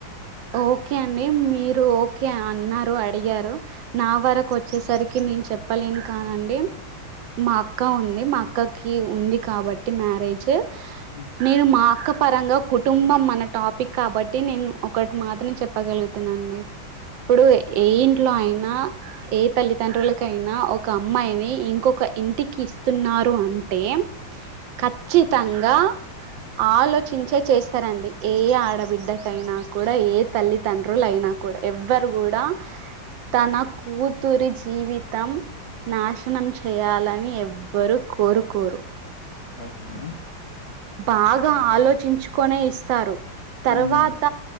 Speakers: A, on the right (about 80°); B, on the left (about 35°).
A: ఓకే అండి మీరు ఓకే అన్నారు అ అయ్యార నా వరకొచ్చేసరిక్ కి నేన్ చెప్పలేను కానండి మా అక్క ఉంది మ అక్కకి ఉంది కాబట్టి మ్యారేజ్
B: ఉ
A: నేను మా అక్క పరంగా కుటుంబం అన టాపిక్ కాబట్టి నేన్ ఒకట్ మాత్రం చెప్పగలుగుతునండి ప్పడు ఎ ఏ ఇంట్లొ ఐనా ఏ తల్లిదండ్రులకైనా ఒక అమ్మాయిని ఇంకొక ఇంటికి ఇస్తున్నారు అంటే ఖచ్చితంగా ఆలోచిం చేే చేస్తరండి ఏ ఆడబిడ్డకైనా కూడా ఏ తల్లిదండ్రులు ఐనా కూడా ఎవ్వరు గుడా తన కూ తురి జీవితం నాశనం చేయాలని ఎవ్వరూ కోరుకోరు
B: ఒకే మేడం
A: బాగా ఆలోచించుకొనే ఇస్తారు తర్వాత
B: మ్మ్